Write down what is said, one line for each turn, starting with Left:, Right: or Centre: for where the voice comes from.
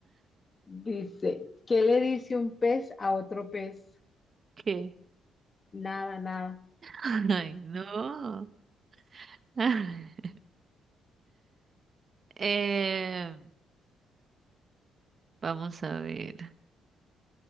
Left: Dice, ¿qué le dice un pez a otro pez?
Right: ¿Qué?
Left: Nada, nada.
Right: Ay, no. <laughs> Eh, vamos a ver.